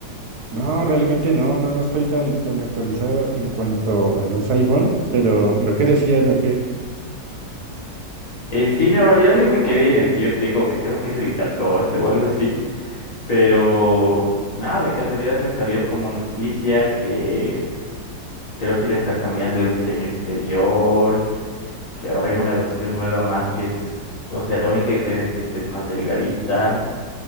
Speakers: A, on the right (about 65°); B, on the left (about 50°).
A: No, realmente no, no, no estoy tan, tan actualizado en cuanto a los iPhone, pero, pero ¿qué decían o qué?
B: Eh, sí, no, en realidad yo me quedé en el que yo tengo, que creo que es el 14 o algo así, pero nada, de casualidad me salió como noticia que creo que le están cambiando el diseño exterior. que va a haber una versión nueva más que es, o sea, la única diferencia es que es más delgadita,